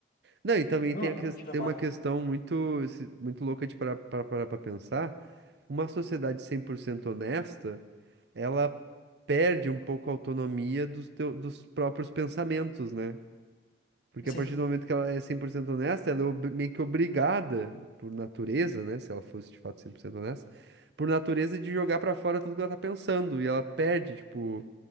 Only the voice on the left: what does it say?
Não
é uma
mentira
má.
Assim,